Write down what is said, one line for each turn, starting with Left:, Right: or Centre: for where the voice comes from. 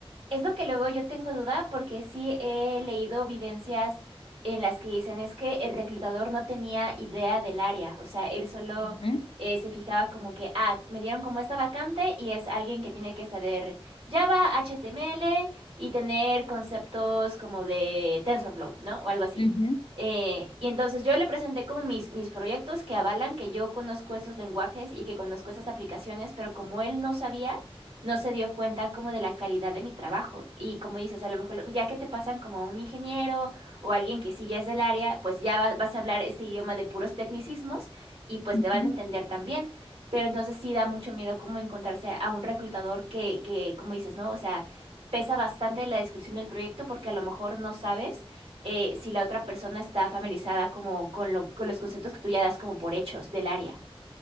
Right: Es lo que luego yo tengo duda porque sí he leído vivencias en las que dicen es que el reclutador no tenía idea del área, o sea, él solo
Left: Ujú,
Right: eh, se fijaba como que, ah, me dieron como esta vacante y es alguien que tiene que saber Java, HTML y tener conceptos como de TensorFlow, ¿no? O algo así.
Left: ujú,
Right: Eh, y entonces yo le presenté como mis, mis proyectos que avalan que yo conozco esos lenguajes y que conozco esas aplicaciones, pero como él no sabía no se dio cuenta como de la calidad de mi trabajo. Y como dices, a lo mejor ya que te pasan como a un ingeniero o alguien que sí ya es del área, pues ya va- vas a hablar este idioma de puros tecnicismos y pues
Left: ujú.
Right: te van a entender también. Pero entonces sí da mucho miedo como encontrarse a un reclutador que, que, como dices, ¿no? O sea, pesa bastante la descripción del proyecto porque a lo mejor no sabes eh, si la otra persona está familiarizada como con lo- con los conceptos que tú ya das como por hechos del área.